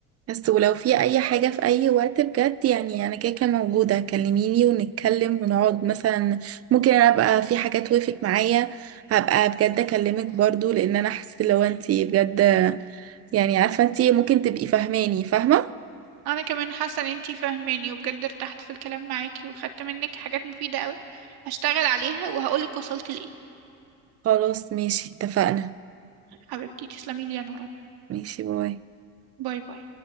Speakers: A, on the right; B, on the right.
A: بس ولو في اي حاجة في اي وقت بجد يعني انا كده كده موجودة كلميني ونتكلم ونقعد مثلا ممكن انا ابقى في حاجات وقفت معايا هبقى بجد اكلمك برضو لان انا حسيت لو انتي بجد يعني عارفة انتي ممكن تبقي فاهماني فاهمة
B: انا كمان حاسة ان انتي فاهماني وبجد ارتحت في الكلام معاكي وخدت منك حاجات مفيدة قوي هشتغل عليها وهقولك وصلت لايه
A: خلاص ماشي اتفقنا
B: حبيبتي تسلمي لي يا نوران
A: ماشي باي
B: باي باي